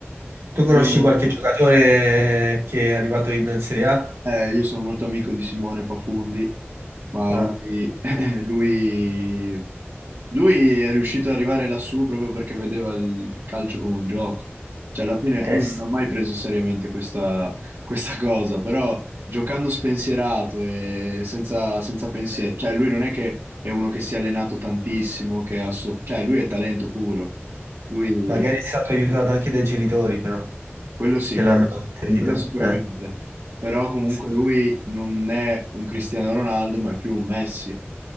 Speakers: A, on the right (about 80°); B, on the right (about 65°).
A: Tu conosci
B: Io
A: qualche giocatore che è arrivato in Serie A?
B: Eh, io sono molto amico di Simone Pafundi, ma
A: Ah,
B: lui, <laughs> lui, lui è riuscito ad arrivare lassù proprio perché vedeva il calcio come un gioco. Cioè, alla fine
A: eh,
B: lui
A: sì.
B: non ha mai preso seriamente questa, questa cosa, però giocando spensierato e senza, senza pensieri,
A: Eh,
B: cioè lui non è che è uno che si è allenato tantissimo, che ha soff- cioè lui è talento puro. Lui
A: Magari è stato aiutato anche dai genitori, però,
B: quello sì,
A: che
B: quello,
A: l'hanno
B: sì,
A: inserito.
B: quello sicuramente.
A: Eh,
B: Però comunque
A: sì.
B: lui non è un Cristiano Ronaldo, ma è più un Messi,